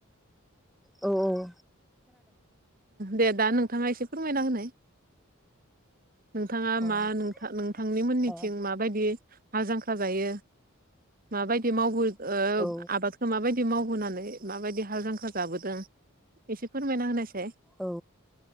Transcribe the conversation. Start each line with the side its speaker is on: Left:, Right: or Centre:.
Centre: औ औ औ।
Right: दे दा नोंथाङा एसे फोरमायना होनाय। नोंथाङा मा
Centre: अ
Right: नोंथा नोंथांनि मोननिथिं
Centre: औ
Right: मा माबायदि हाल जांख्रा जायो माबायदि मावो ओ
Centre: औ
Right: आबाद खो माबायदि मावबोनानै माबायदि हाल जांख्रा जाबोदों एसे फोरमायना होनायसाय।
Centre: औ